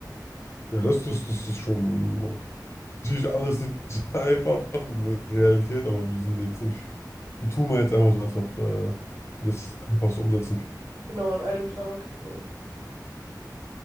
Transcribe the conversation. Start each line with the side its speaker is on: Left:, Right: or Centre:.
Left: Ja, das, das, das ist schon natürlich alles nicht so <laughs> einfach mit Realität, aber wir sind jetzt nicht, wir tun mal jetzt einfach so, als ob äh, wir das einfach so umsetzen können.
Right: Genau, in einem Tag, so.